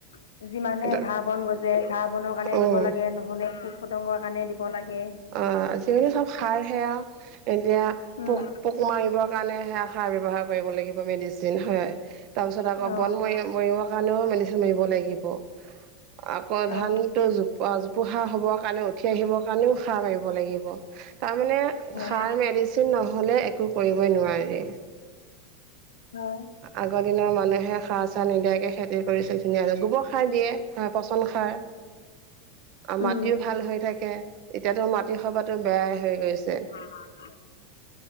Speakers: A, on the left; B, on the right.
A: উম্ যিমানে
B: এতিয়া
A: ঘাঁহ বন গজে ঘাঁহ বনৰ কাৰণে
B: উম
A: দিব লাগে নহলে পোক পতংগৰ কাৰণে দিব লাগে।
B: অঁ আজিকালি চব সাৰ সেৱা এতিয়া
A: উম,
B: পোক পোক মাৰিব কাণে সে সাৰ ব্যৱহাৰ কৰিব লাগিব মেডিচিন হয় তাৰপিছত
A: অ',
B: আকৌ বন মই মৰিব। কাণও মেডিচেন মাৰিব লাগিব। আকৌ
A: অ',
B: ধানটো জোপ আ জোপোহা হ'ব কাৰণে উঠি আহিব। কাণেও খাহ মাৰিব লাগিব। তামানে
A: হয়,
B: খাৰ মেডিচিন নহলে একো কৰিবই নোৱাৰি।
A: হয়।
B: আগৰ দিনৰ মানুহে সা চা নিদিয়াকে খেতি কৰিছিল ধুনীয়াকে গোব খাৰ দিয়ে আ পচন খাৰ। <unintelligible> আ মাটিও
A: উম,
B: ভাল হৈ থাকে এতিয়াতো মাটি সবাতো বেয়াই হৈ গৈছে।
A: অঁ!